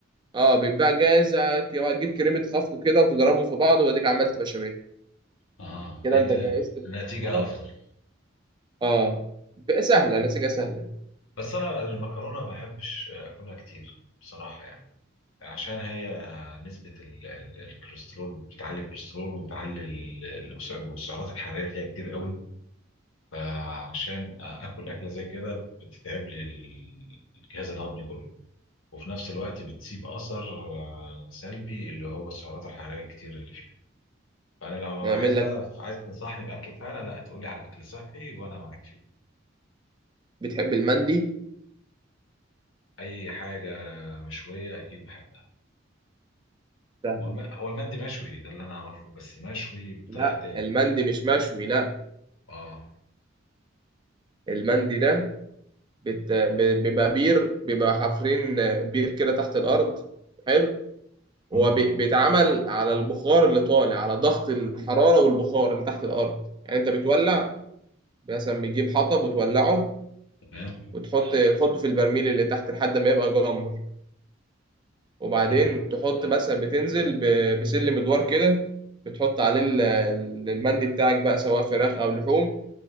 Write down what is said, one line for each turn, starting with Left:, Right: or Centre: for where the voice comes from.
Right: اه بيتباع جاهز هتجيب كريمه خفق كده وتضربهم في بعض واديك عملت بشاميل
Left: اه
Right: كده
Left: هيدي
Right: انت جهزت
Left: نتيجة
Right: المكرونه
Left: أفضل
Right: اه بقى سهله نسيجها سهله
Left: بس أنا المكرونة ما بحبش أكلها كتير بصراحة يعني عشان هي نسبة ال- ال- الكوليسترول بتعلي الكوليسترول وبتعلي ال- ال- السعرات الحرارية فيها كتير قوي فعشان آكل أكلة زي كده بتتعب لي الجهاز الهضمي كله وفي نفس الوقت بتسيب أثر آه، سلبي اللي هو السعرات الحرارية الكتير اللي فيها فأنا لو
Right: نعمل
Left: عايز
Right: لك
Left: بقى عايز تنصحني بأكل فعلا لا تقولي على أكل صحي وأنا معاك فيه
Right: بتحب المندي
Left: أي حاجة مشوية أكيد بحبها
Right: سهله
Left: هو الم-
Right: دي.
Left: هو المندي مشوي ده اللي أنا أعرفه بس مشوي بطريقة
Right: لا
Left: تاني
Right: المندي مش مشوي لا
Left: أه
Right: المندي ده بت... ب- بيبقى بير بيبقى حافرين بير كده تحت الارض حلو
Left: مم،
Right: هو بي- بيتعمل على البخار اللي طالع على ضغط الحراره والبخار اللي تحت الارض يعني انت بتولع مثلا بتجيب حطب وتولعه
Left: تمام
Right: وتحط تحطه في البرميل اللي تحت لحد ما يبقى جمر وبعدين
Left: تمام.
Right: تحط مثلا بتنزل ب- بسلم ادوار كده بتحط عليه ال- ال- المندي بتاعك بقى سواء فراخ او لحوم